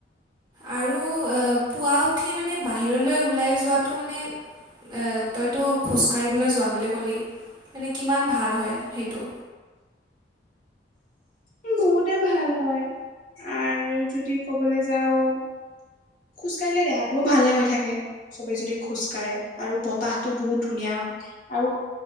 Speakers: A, on the right; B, on the left.
A: আৰু আ পুৱা উঠি মানে বাহিৰলৈ ওলাই যোৱাটো মানে এ তইতো খোজকাঢ়িবলৈ যোৱা বুলি কলি মানে কিমান ভাল হয় সেইটো?
B: উম বহুতে ভাল হয় আৰু যদি ক'বলৈ যাওঁ। খোজকাঢ়িলে দেহাটোও ভালে হৈ থাকে। চবেই যদি খোজ কাঢ়ে আৰু বতাহটো বহুত ধুনীয়া হয় আৰু